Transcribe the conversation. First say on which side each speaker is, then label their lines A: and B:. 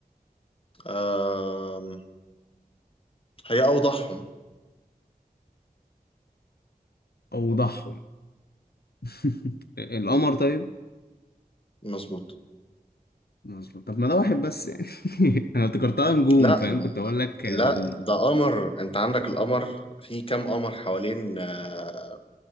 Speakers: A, on the left (about 35°); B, on the left (about 85°).
A: آم، هي أوضحهم
B: اوضحهم <laughs> القمر طيب
A: مظبوط
B: مظبوط طب ما ده واحد بس يعني <laughs> انا افتكرتها نجوم
A: لا
B: فاهم كنت اقول لك نجوم
A: لا ده قمر أنت عندك القمر في كام قمر حوالين آه،